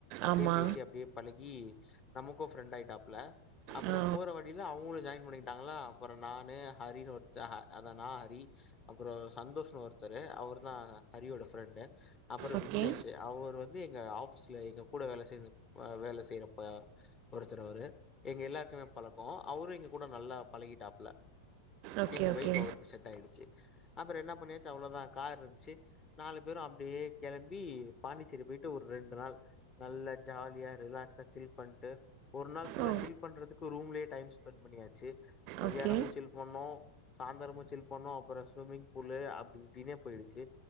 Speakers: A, on the left; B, on the right.
A: அப்டியே
B: ஆமா
A: பேசி அப்டியே பழகி நமக்கு ஃப்ரெண்ட் ஆயிட்டாப்ல அப்றோபோற
B: ஆ
A: வழியில அவங்களு ஜாயின் பண்ணிட்டாங்களா அப்றோநானு ஹரின்னு ஒருத்த அதா நா ஹரி அப்புறோ சந்தோஷ்னு ஒருத்தரு அவர்தா ஹரியோட ஃப்ரெண்டு அப்றோ
B: ஓகே
A: விக்னேஷ் அவர் வந்து எங்க ஆபீஸ்ல எங்க கூட வேலை செய் வேலை செய்யறப்ப ஒருத்தர் அவரு எங்க எல்லாருக்குமே பழக்கோ அவரு இங்க கூட நல்லா பழகிட்டா
B: ஓகே
A: எங்க
B: ஓகே
A: வைப் அவருக்கு செட் ஆயிடுச்சு அப்புறோ என்ன பண்ணியாச்சு அவ்வளோதா கார் இருந்துச்சு நாலு பேரு அப்படியே கிளம்பி பாண்டிச்சேரி போயிட்டு ஒரு ரெண்டு நாள் நல்லா ஜாலியா ரிலாக்ஸா சில் பண்ணிட்டு ஒரு நாள் ஃபுல்லா
B: ஓ
A: சில் பண்றதுக்கு ரூம்லயே டைம் ஸ்பெண்ட் பண்ணியாச்சு மத்தானமு
B: ஓகே
A: சில் பண்ணோ சாயந்திரமு சில் பண்ணோ அப்றோ ஸ்விமிங் பூலு அப்படி இப்டின்னே போயிடுச்சு